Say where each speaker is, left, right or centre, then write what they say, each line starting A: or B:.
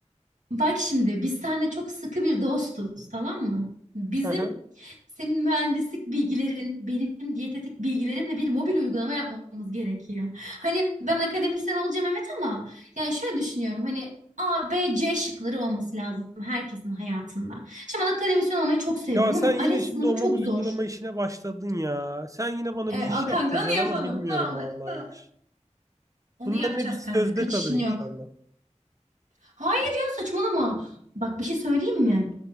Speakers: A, on the right; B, on the right.
A: bak şimdi biz seninle çok sıkı bir dostuz tamam mı? Bizim
B: Hı hı.
A: Senin mühendislik bilgilerin, benim diyetetik bilgilerimle bir mobil uygulama yapmamız gerekiyor. Hani ben akademisyen olacağım evet ama yani şöyle düşünüyorum hani A, B, C şıkları olması lazım herkesin hayatında. Şimdi ben akademisyen olmayı çok seviyorum
B: Ya sen
A: ama
B: yine
A: ALES
B: şimdi
A: sınavı
B: o
A: çok
B: mobil
A: zor.
B: uygulama işine başladın ya. Sen yine bana
A: E,
B: bir iş
A: a-
B: yaptıracaksın
A: kanka onu yapalım
B: ama bilmiyorum
A: ne olur
B: vallahi
A: ne olur.
B: hiç.
A: Onu
B: Bunların
A: yapacağız
B: hepsi
A: kanka
B: sözde
A: kaçışın
B: kalır inşallah.
A: yok. Hayır ya saçmalama. Bak bir şey söyleyeyim mi?